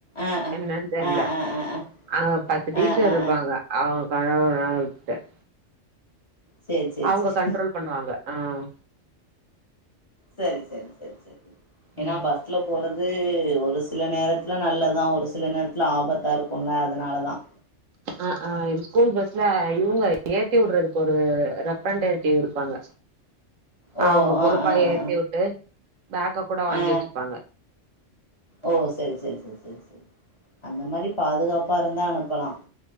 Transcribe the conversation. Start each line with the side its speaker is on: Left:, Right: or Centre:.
Left: ஆ ஆ
Right: என்னன்னு தெரியல
Left: ஆ ஆ ஆ ஆ
Right: அங்க பத்து டீச்சர்
Left: ஆ ஆ
Right: இருப்பாங்க
Left: ஆ
Right: அவுங் பழகன விட்டேன்
Left: சேரி சேரி
Right: அவுங்க
Left: சேரி
Right: கண்ட்ரோல் பண்ணுவாங்க ஆஹ்
Left: சரி சரி சரி சரி ஏன்னா
Right: ம்
Left: பஸ்ல போறது அது ஒரு சில நேரத்துல நல்லதான் ஒரு சில நேரத்துல ஆபத்தா இருக்கும்ல அதனாலதான்
Right: அஹ் ஆஹ் ஸ்கூல் பஸ்ல இவுங்க ஏத் திவுடுறதுக்கு ஒரு ரப்பன்டேட்டிவ் இருப்பாங்க
Left: ஓ
Right: அவுங்க
Left: ஆ
Right: பொறுப்பா
Left: ஆ ஆ
Right: ஏத்தி வுட்டு பேக்க கூட வாங்கி
Left: ஆ ஆ
Right: வச்சிப்பாங்க
Left: ஓ சரி சரி சரி சரி சரி அந்த மாரி பாதுகாப்பா இருந்தா அனுப்பலாம்